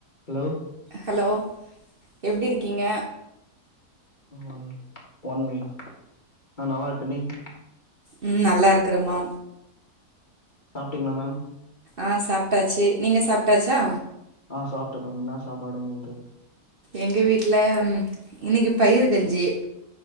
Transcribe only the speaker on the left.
hello
one one minute நா நல்லா இருக்கே நீங்
சாப்ட்டீங்களா மேம்
ஆ சாப்ட்ட மேம் என்னா சாப்பாடு உங்களக்கு